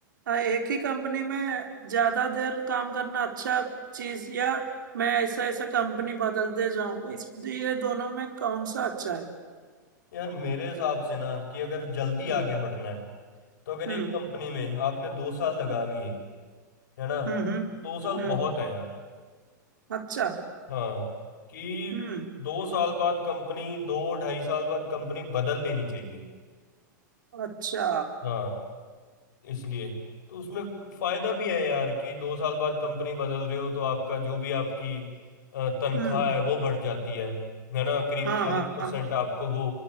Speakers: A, on the right; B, on the left.
A: अ, एक ही कंपनी में ज्यादा देर काम करना अच्छा चीज या मैं ऐसा ऐसा कंपनी बदलते जाऊं इस ये दोनों में कौन सा अच्छा है
B: यार मेरे हिसाब से ना कि अगर जल्दी
A: हम्म
B: आगे बढ़ना है तो अगर
A: हम्म।
B: एक कंपनी में आपने दो साल लगा लिए है ना तो
A: हम्म हम्म
B: दो साल
A: हम्म
B: बहुत है यार
A: अच्छा
B: हाँ कि
A: हम्म
B: दो साल बाद कंपनी दो ढाई साल बाद कंपनी बदल लेनी चाहिए
A: अच्छा
B: हाँ इसलिए तो उसमें फायदा भी है यार कि दो साल बाद कंपनी बदल रहे हो तो आपका जो भी आपकी अ, तनख्वाह
A: हम्म
B: है वो बढ़ जाती है है ना करीब
A: हाँ
B: चालीस
A: हाँ
B: परसेंट
A: हाँ
B: आपको वो